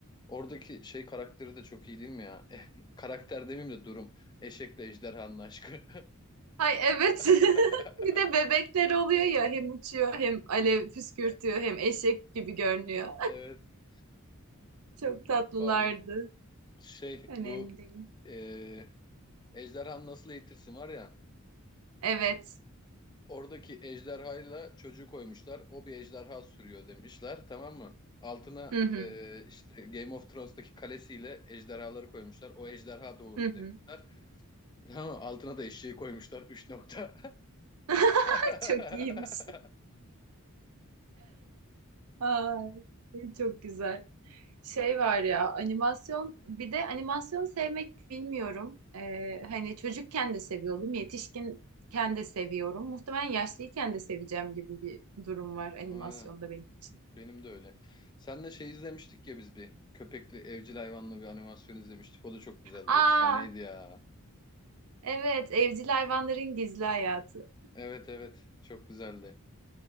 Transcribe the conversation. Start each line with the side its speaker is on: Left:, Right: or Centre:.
Left: Oradaki şey karakteri de çok iyi değil mi ya? Eh, karakter demeyeyim de durum. Eşekle ejderhanın aşkı.
Right: Ay evet. <laughs>
Left: <laughs>
Right: Bir de bebekler oluyor ya hem uçuyor hem alev püskürtüyor
Left: Evet,
Right: hem eşek gibi görünüyor.
Left: evet. <clears throat>
Right: <laughs> Çok tatlılardı.
Left: Pardon. Şey
Right: Önemli
Left: bu
Right: değil.
Left: e, ejderhanın nasıl eğitirsin var ya.
Right: Evet.
Left: Oradaki ejderhayla çocuğu koymuşlar. O bir ejderha sürüyor demişler tamam mı? Altına
Right: Hı hı.
Left: e, işte Game of Thrones'taki kalesiyle ejderhaları koymuşlar. O ejderha doğurdu
Right: Hı hı.
Left: demişler. <laughs> Tamam mı? Altına da eşeği koymuşlar. Üç nokta.
Right: <laughs>
Left: <laughs>
Right: Çok iyiymiş. Ay, çok güzel. Şey var ya animasyon bir de animasyon sevmek bilmiyorum. Ee, hani çocukken de seviyordum, yetişkinken de seviyorum. Muhtemelen yaşlıyken de seveceğim gibi bir durum var animasyonda
Left: Aynen.
Right: benim için.
Left: Benim de öyle. Senle şey izlemiştik ya biz bir köpekli evcil hayvanlı bir animasyon izlemiştik. O da çok güzeldi.
Right: Aa
Left: Efsaneydi ya.
Right: evet evcil hayvanların gizli hayatı.
Left: Evet evet çok güzeldi.